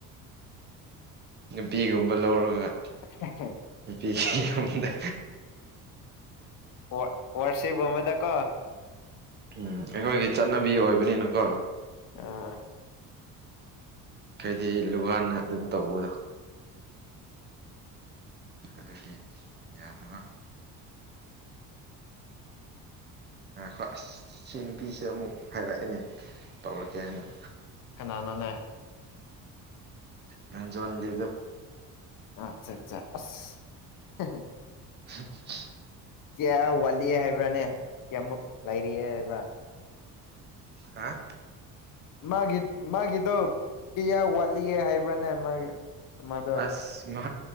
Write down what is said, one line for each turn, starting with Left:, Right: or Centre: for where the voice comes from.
Right: ꯅꯨꯄꯤꯒꯨꯝꯕ ꯂꯧꯔꯒ
Left: INAUDIBLE
Right: UNINTELLIGIBLE
Left: ꯋꯣꯔꯠ ꯋꯥꯔꯁꯤꯞ ꯒꯨꯝꯕꯗ ꯀꯣ
Right: ꯎꯪ ꯑꯩꯈꯣꯏꯒꯤ ꯆꯠꯅꯕꯤ ꯑꯣꯏꯕꯅꯤꯅꯀꯣ
Left: ꯑꯥꯑꯪ
Right: ꯀꯩꯗꯤ ꯂꯨꯋꯥꯟꯅꯥ ꯑꯗꯨꯝ ꯇꯧꯕꯗꯣ ꯑꯗꯨꯒꯤ ꯌꯥꯗꯕ꯭ꯔꯥ ꯉꯥꯈꯣꯍꯦ ꯑꯥꯁ ꯁꯤ ꯅꯨꯄꯤꯁꯦ ꯑꯃꯨꯛ ꯍꯥꯏꯔꯛꯑꯦꯅꯦ ꯇꯧꯔꯒꯦ ꯍꯥꯏꯅ
Left: ꯀꯅꯥꯅꯣꯅꯦ
Right: UNINTELLIGIBLE
Left: ꯑꯆꯥ ꯑꯆꯥ ꯆꯥ ꯑꯥꯁ ꯍꯦ
Right: INAUDIBLE
Left: ꯀꯌꯥ ꯋꯥꯠꯂꯤ ꯍꯥꯏꯕ꯭ꯔꯥꯅꯦ ꯀꯌꯥꯃꯨꯛ ꯂꯩꯔꯤ ꯍꯥꯏꯕ
Right: ꯍꯥꯑꯥ
Left: ꯃꯥꯒꯤ ꯃꯥꯒꯤꯗꯣ ꯄ꯭ꯌꯥꯔ ꯋꯥꯠꯂꯤ ꯍꯥꯏꯕꯅꯦ ꯃꯥꯒꯤ ꯃꯥꯗꯣ
Right: ꯑꯥꯁ ꯃꯥ